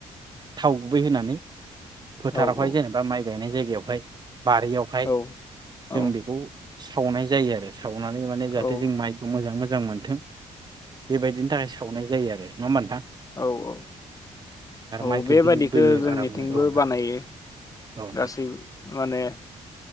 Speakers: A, on the right; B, on the left.
A: थाव गुबै होनानै फोथारावहाय
B: औ औ
A: जेनेबा माइ गायनाय जायगायावहाय बारियावहाय
B: औ
A: जों
B: औ
A: बेखौ सावनाय जायो आरो। सावनानै माने
B: औ
A: जाहाथे जों माइखौ मोजां मोजां मोजां मोनथों। बेबायदिनि थाखाय सावनाय जायो आरो। नङा होमबा नोंथा।
B: औ औ औ
A: माइखौ
B: बेबादिखौ
A: बिलिद बोयो
B: जोंनिथिंबो
A: आरामनो औ नोंथां
B: बानाय नायो
A: औ नोंथां
B: गासै माने